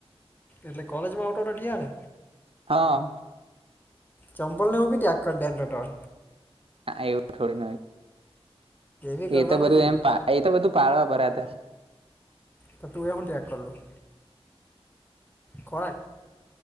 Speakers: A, on the left (about 15°); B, on the right (about 65°).
A: એટલે કોલેજ માં ઓટો રટયા ત્યારે.
B: હા
A: ચંબલ નેવું બી ત્યાગ કરી દેં રોટર.
B: હા એવું થોડી
A: બી
B: ન
A: કરવાનો
B: એ તો બધું
A: જોઈએ
B: એમ એ તો બધું પાડવા પરા ત
A: તો તું એ હું ત્યાગ કરલું કર